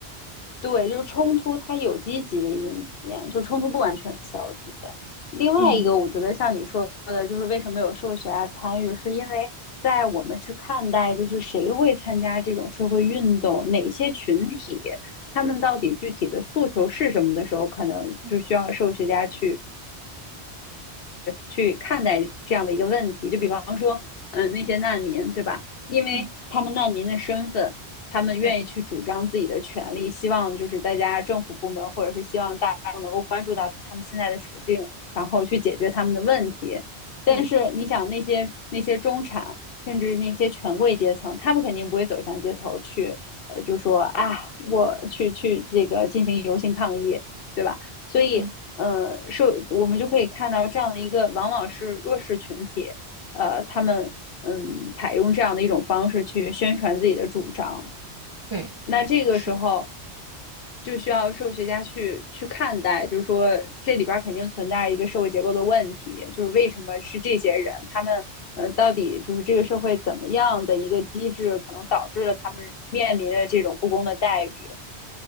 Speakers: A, on the left; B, on the right.
A: 对，就是冲突，它有积极的一面，就冲突不完全是消极的。另外一个，
B: 嗯
A: 我觉得像你说的，就是为什么有社会学家参与，是因为在我们去看待，就是谁会参加这种社会运动，哪些群体，他们到底具体的诉求是什么的时候，可能就需要社会学家去
B: 嗯
A: 去看待这样的一个问题。就比方说，嗯，呃那些难民，
B: 嗯
A: 对吧？因为他们难民的身份，
B: 嗯。
A: 他们愿意去主张自己的权利，
B: 对，
A: 希望就是大家政府部门或者是希望大众能够关注到他们现在的处境，然后去解决他们的问题。
B: 是的，
A: 但是你想，
B: 对，
A: 那些那些中产，甚至那些权贵阶层，他们肯定不会走向街头去，呃，就说啊，我去去这个进行游行抗议，对吧？所以，
B: 嗯，
A: 呃，是我们就可以看到这样的一个，往往是弱势群体，呃，他们嗯，采用这样的一种方式去宣传自己的主张。
B: 对，
A: 那这个时候
B: 是的，
A: 就需要社会学家去去看待，就是说这里边肯定存在一个社会结构的问题，就是为什么是这些人，他们呃，到底就是这个社会怎么样的一个机制，可能导致了他们面临的这种不公的待遇。